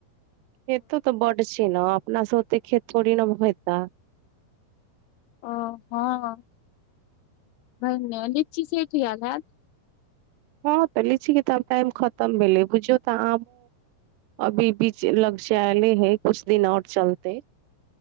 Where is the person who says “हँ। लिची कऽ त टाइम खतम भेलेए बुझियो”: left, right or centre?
Right